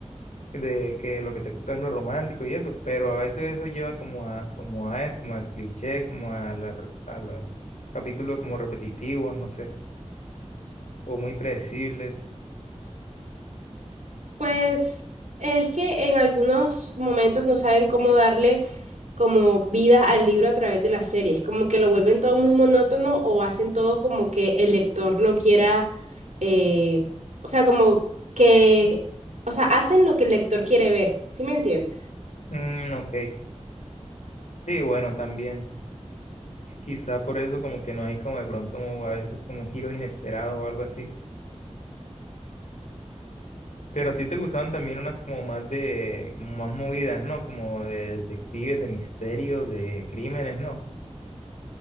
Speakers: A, on the left; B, on the right.
A: de que lo que te gusta es lo romántico y eso, pero a veces eso lleva como a, como a eso, como a cliché, como a la, re- a la capítulos como repetitivos, no sé, o muy predecibles.
B: Pues es que en algunos momentos no saben cómo darle como vida al libro a través de las series, como que lo vuelven todo muy monótono o hacen todo como que el lector lo quiera, eh, o sea, como que, o sea, hacen lo que el lector quiere ver, ¿sí me entiendes?
A: Mm, ok. Sí, bueno, también. Quizá por eso como que no hay como de pronto a veces como giros inesperados o algo así. Pero a ti te gustaban también unas como más de, como más movidas, ¿no? Como de detectives, de misterio, de crímenes, ¿no?